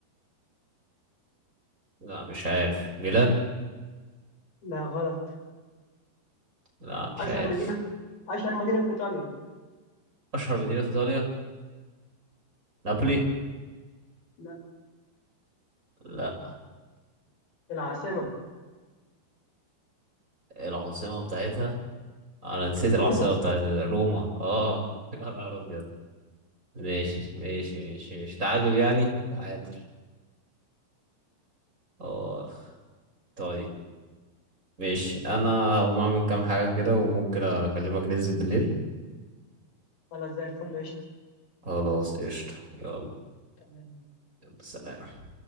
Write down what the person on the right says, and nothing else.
لا مش عارف ميلان
لا مش
عارف
أشهر مدينة في إيطاليا نابولي
لا
العاصمة بتاعتها انا نسيت العاصمة
بتاعت روما اه <laughs> يا نهار ابيض ماشي ماشي ماشي ماشي تعادل يعني تعادل اخ طيب ماشي انا هقوم اعمل كام حاجة كده وممكن اكلمك ننزل بالليل
خلاص قشطة يلا
يلا سلام